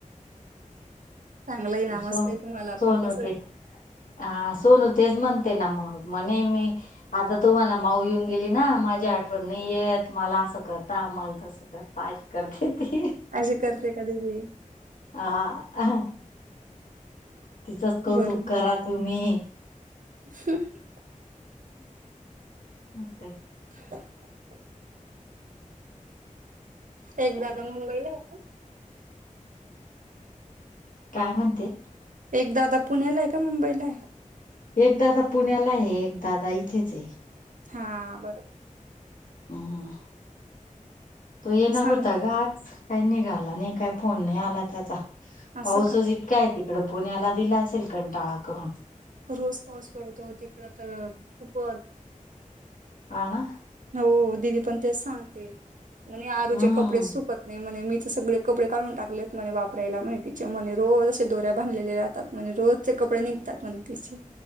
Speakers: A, on the right (about 70°); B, on the left (about 75°).
A: चांगलं आहे ना मस्त
B: सो
A: आहे तुम्हाला
B: सोनू
A: पण कसं
B: ते
A: आहे
B: अ सोनू तेच म्हणते ना मग! मणे मी आता तुम्हाला माऊ येऊन गेली ना माझी आठवणणी येत मला असं कर ता आम्हाला तसं करता अशी करते ती.
A: अशी करते का दीदी?
B: हा तिचंच कौतुक
A: बरोबर
B: करा तुम्ही!
A: <unintelligible>
B: मग काय!
A: <unintelligible> एक दादा मुंबईला आहे का?
B: काय म्हणते?
A: एक दादा पुण्याला आहे का मुंबईला आहे?
B: एक दादा पुण्याला आहे एकदाादा इथेच आहे.
A: हा बरोबर.
B: हम. तो येणार
A: सांगते
B: होता ग आज काही निघाला नाही काय फोन नाही आला त्याचा!
A: असं
B: पाऊसच
A: का?
B: इतका आहे तिकडं पुण्याला दिला असेल कंटाळा करून.
A: रोज पाऊस पडतो तिकड तर. खूपच
B: हा ना?
A: हो दिदी पण ते सांगते म्हने आरूचे
B: हम्म
A: कपडे सुकत नाही म्हने मी सगळे कपडे काढून टाकलेत म्हणे वापरायला म्हने तिचे म्हणे रोज अे दोऱ्या बांधलेले राहात म्हणे रोज कपडे निघतात म्हणते तिचे.